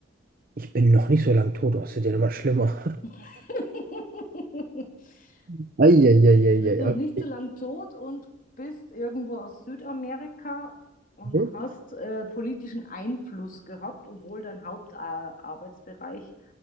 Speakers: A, on the right (about 45°); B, on the left (about 45°).
A: Ich bin noch nicht so lange tot, das wird ja immer schlimmer.
B: <laughs>
A: <laughs> Eieieiei.
B: Du bist noch nicht so lang tot und bist irgendwo aus Südamerika und
A: Okay.
B: hast äh, politischen Einfluss gehabt, obwohl dein Hauptarbeitsbereich